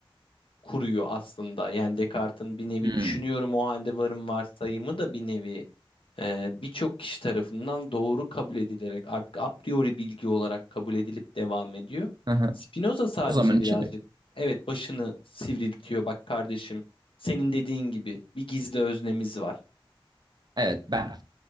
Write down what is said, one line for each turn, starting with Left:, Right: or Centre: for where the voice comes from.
Left: kuruyor aslında. Yani Descartes'in bir nevi
Right: Hmm.
Left: düşünüyorum o halde varım varsayımı da bir nevi e, birçok kişi tarafından doğru kabul edilerek artık a priori bilgi olarak kabul edilip devam ediyor.
Right: Hı hı.
Left: Spinoza sadece
Right: O zaman
Left: birazcık
Right: için öyle.
Left: evet başını sivriltiyor. Bak kardeşim senin dediğin gibi bir gizli öznemiz var.
Right: evet ben